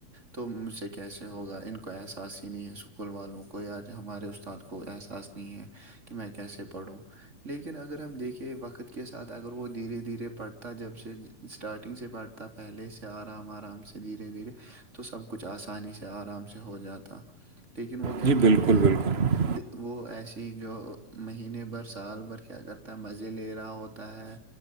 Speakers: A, on the right; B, on the right.
A: تو مجھ سے کیسے ہوگا ان کو احساس ہی نہیں ہے اسکول والوں کو یا ہمارے استاد کو احساس کہ میں کیسے پڑھوں لیکن اگر ہم دیکھیں وقت کے ساتھ اگر وہ دھیرے دھیرے پڑتا جب سے اسٹارٹنگ سے بیٹھتا پہلے سے آرام آرام سے دھیرے دھیرے تو سب کچھ آسانی سے آرام سے ہو جاتا لیکن وہ کیا
B: جی
A: کرتا
B: بالکل
A: ہے
B: بالکل
A: وہ ایسی جو مہینے برس سال بھر کیا کرتا ہے مزے لے رہا ہوتا ہے